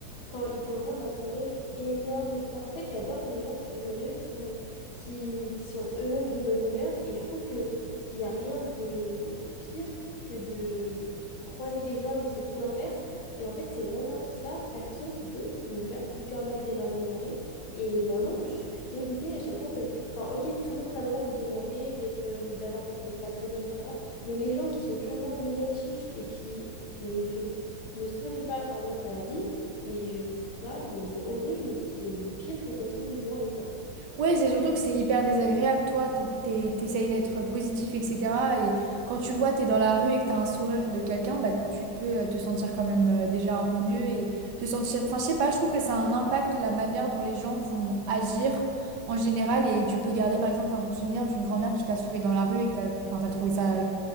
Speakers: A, on the left; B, on the right.
A: quand ils te rendent un sourire énorme, etc. En fait, j'adore les gens qui sont joyeux, qui sont, qui, qui sont eux-mêmes de bonne humeur, et je trouve que il n'y a rien de pire que de croiser des gens où c'est tout l'inverse. Et en fait, c'est vraiment ça, perso, qui peut me faire hyper mal démarrer la journée. Et vraiment, je suis dégoûtée à chaque fois que... Enfin, ok, tout le monde a le droit d'être énervé, d'être, euh, d'avoir, d'être pas très bien, etc. Mais les gens qui sont purement négatifs et qui ne sourient, ne sourient pas, pardon, à la vie, mais je trouve ça mais horrible et c'est le pire pour commencer une journée, quoi.
B: Ouais, c'est surtout que c'est hyper désagréable. Toi, t'es- t'es- t'essayes d'être positif, etc. Et quand tu vois, t'es dans la rue et que t'as un sourire de quelqu'un, bah, tu peux euh, te sentir quand même euh, déjà un peu mieux et te sentir. Enfin, je sais pas, je trouve que ça a un impact la manière dont les gens vont agir en général. Et tu peux garder, par exemple, un bon souvenir d'une grand-mère qui t'a souri dans la rue et que t'as, enfin, t'as trouvé ça euh,